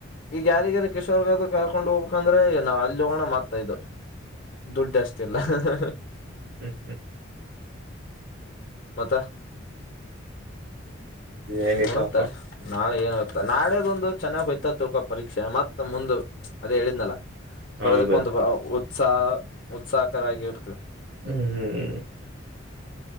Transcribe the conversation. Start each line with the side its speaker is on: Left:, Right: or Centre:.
Left: ಈಗ ಯಾರಿಗ್ಯಾರ ಕಿಶೋರ್ ಗೆ ಕರ್ಕೊಂಡ್ ಹೋಗಬೇಕಂದ್ರೆ ನಾವು ಅಲ್ಲಿ ಹೋಗಣ ಮಾತ್ತ ಇದು ದುಡ್ಡ ಅಷ್ಟಲ್ಲ ಹ ಹ
Right: ಹ್ಮ್ ಹ್ಮ್
Left: ಮತ್ತ ಹಾ
Right: ಏನಿಲ್ಲಪ್ಪ
Left: ನೋಡಮ್ ತಡಿರಿ ನಾಳೆ ಏನಾಗ್ತದ ನಾಳದೊಂದು ಚೆನ್ನಾಗ ಹೋಯ್ತಾ ತಿಳ್ಕೊ ಪರೀಕ್ಷೆ ಮತ್ತ ಮುಂದ ಅದೇ ಹೇಳಿದ್ನಲ್ಲಾ
Right: ಹೌದು
Left: ಬರೆಯೊದಕ್ಕ ಒಂದು ಉತ್ಸಾಹ ಉತ್ಸಾಹಕರ ಆಗಿ ಇರ್ತವಿ
Right: ಹ್ಮ್ ಹ್ಮ್ ಹ್ಮ್